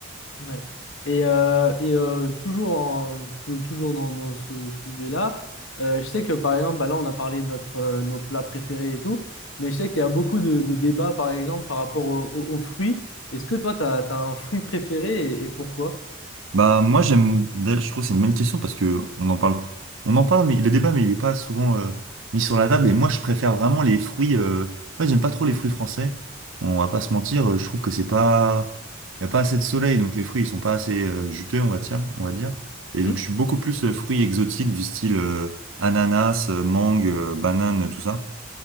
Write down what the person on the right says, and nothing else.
Bah moi j'aime d'ailleurs, je trouve que c'est une bonne question parce que on en parle on en parle mais le débat mais il est pas souvent euh, mis sur la table et moi je préfère vraiment les fruits euh... ouais j'aime pas trop les fruits français on va pas se mentir euh, je trouve que c'est pas il y a pas assez de soleil donc les fruits ils sont pas assez euh, juteux on va dire on va dire et
donc je suis beaucoup plus euh, fruits exotiques du style euh, ananas euh, mangue euh, banane tout ça